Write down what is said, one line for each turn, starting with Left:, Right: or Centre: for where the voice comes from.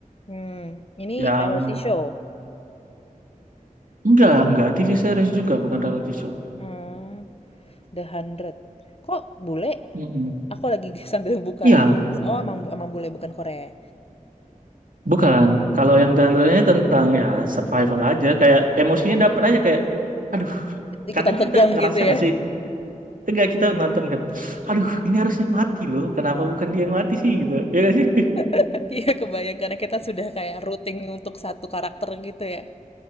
Left: Hmm, ini
Right: yang
Left: reality show.
Right: enggak enggak TV series juga bukan reality show
Left: Hmm, The Hundred. Kok bule?
Right: Mm-mm.
Left: Aku lagi <laughs> sambil buka
Right: Iya
Left: Netflix. Oh, emang emang bule bukan Korea. ya?
Right: Bukan. Kalau yang genre-nya tentang ya survival aja, kayak emosinya dapat aja kayak, aduh,
Left: Ikutan
Right: kadang
Left: tegang
Right: kita ngerasa
Left: gitu
Right: nggak
Left: ya.
Right: sih? Enggak kita nonton kan, aduh, ini harusnya mati loh. Kenapa bukan dia yang mati sih gitu? <laughs> Ya nggak sih? <laughs>
Left: <laughs> Iya, kebayang karena kita sudah kayak rooting untuk satu karakter gitu ya.